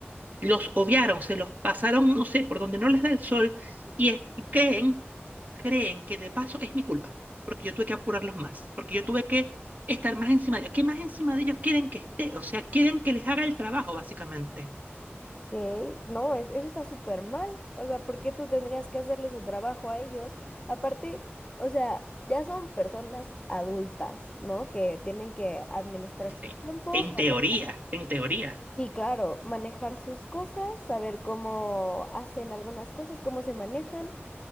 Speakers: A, on the right; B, on the left.
A: los obviaron, se los pasaron, no sé, por donde no les da el sol, y es- y creen, creen que de paso es mi culpa, porque yo tuve que apurarlos más, porque yo tuve que estar más encima de ellos. ¿Qué más encima de ellos quieren que esté? O sea, quieren que les haga el trabajo, básicamente.
B: ok. No, es, eso está súper mal. O sea, ¿por qué tú tendrías que hacerle su trabajo a ellos? Aparte, o sea, ya son personas adultas, ¿no? Que tienen que administrar sus
A: Eh,
B: tiempos,
A: En
B: mane-
A: teoría, en teoría.
B: sí, claro, manejar sus cosas, saber cómo hacen algunas cosas, cómo se manejan.